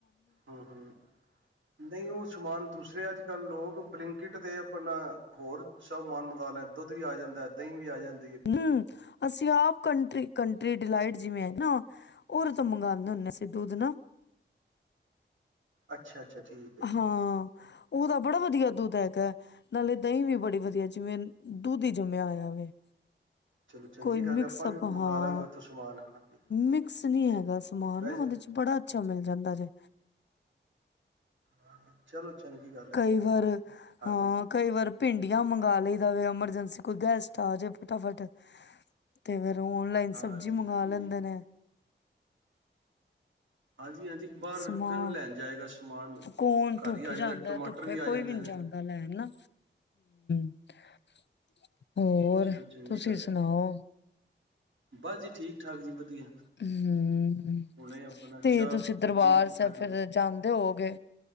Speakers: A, on the right; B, on the left.
A: ਹਮ ਹਮ ਨਹੀਂ ਉਹ ਸਮਾਨ ਦੂਸਰੇ ਅੱਜ ਕੱਲ੍ਹ ਲੋਕ ਬਲਿੰਕਟ ਤੇ ਆਪਣਾ ਹੋਰ ਸਭ ਮਾਨ ਮੰਗਵਾ ਲੈਂ ਦੁੱਧ ਵੀ ਆ ਜਾਂਦਾ ਦਹੀਂ ਵੀ ਆ ਜਾਂਦਾ
B: ਹਮ ਅਸੀਂ ਆਪ ਕੰਟ ਕੰਟਰੀ ਡਿਲਾਈਟ ਜਿਵੇਂ ਹੈ ਨਾ ਉਹਦੇ ਤੋਂ ਮੰਗਵਾਉਂਦੇ ਹੁੰਦੇ ਸੀਂ ਦੁੱਧ ਨਾ
A: ਅੱਛਾ ਅੱਛਾ ਠੀਕ ਹੈ
B: ਹਾਂ ਉਹ ਤਾਂ ਬੜਾ ਵਧੀਆ ਦੁੱਧ ਹੈਗਾ ਨਾਲੇ ਦਹੀਂ ਵੀ ਬੜੀ ਵਧੀਆ ਜਿਵੇਂ ਦੁੱਧ ਹੀ ਜੰਮਿਆ ਹੋਇਆ ਹੈ
A: ਚਲੋ ਚੰਗੀ
B: ਕੋਈ
A: ਗੱਲ
B: ਮਿਕਸਪ
A: ਹੈ ਆਪਾਂ ਵੀ
B: ਹਾਂ
A: ਮੰਗਵਾ ਲਾਂਗੇ ਉੱਥੋਂ ਸਮਾਨ ਹਾਂਜੀ
B: ਮਿਕਸ ਨੀ ਹੈਗਾ ਸਮਾਨ
A: ਬਸ
B: ਨਾ ਉਹਦੇ ਚ ਬੜਾ ਅੱਛਾ ਮਿਲ ਜਾਂਦਾ ਜੇ
A: ਹਾਂ ਚਲੋ ਚੰਗੀ ਗੱਲ ਹੈ
B: ਕਈ
A: ਜੀ
B: ਵਾਰ
A: ਹਾਂਜੀ
B: ਹਾਂ ਕਈ ਵਾਰ ਭਿੰਡੀਆਂ ਮੰਗਵਾ ਲਈ ਜਾਵੇ ਐਮਰਜਸੀ ਅਸੀਂ ਕੋਈ ਗੈਸਟ ਆ ਜਵੇ ਫਟਾਫਟ ਤੇ ਫੇਿਰ ਓਨਲਾਈਨ
A: ਹਾਂਜੀ
B: ਸਬਜ਼ੀ ਮੰਗਵਾ
A: ਹਾਂਜੀ
B: ਲੈਂਦੇ ਨੇ
A: ਹਾਂਜੀ ਹਾਂਜੀ ਬਾਹਰ
B: ਸਮਾਨ
A: ਲੈਣ ਜਾਏਗਾ ਸਮਾਨ
B: ਕੌਣ
A: ਘਰ
B: ਧੁੱਪ
A: ਹੀ ਆ ਜਾਂਦਾ ਟਮਾਟਰ
B: ਧੁੱਪੇ
A: ਵੀ ਆ
B: ਕੋਈ
A: ਜਾਂਦੇ
B: ਨਹੀਂ
A: ਨੇ
B: ਜਾਂਦਾ ਲੈਣ ਨਾ <inaudible> ਹੋਰ
A: ਚਲੋ ਚੰਗੀ
B: ਤੁਸੀਂ
A: ਗੱਲ
B: ਸੁਣਾਓ
A: ਹੈ ਬਸ ਜੀ ਠੀਕ ਠਾਕ ਜੀ ਵਧੀਆ
B: ਹਮ
A: ਹੁਣੇ ਆਪਣਾ
B: ਤੇ
A: ਚਾਹ
B: ਤੁਸੀਂ ਦਰਬਾਰ
A: ਪੀਤੀ
B: ਸਾਹਿਬ
A: ਹਾਂਜੀ
B: ਫਿਰ ਜਾਂਦੇ ਹੋਗੇ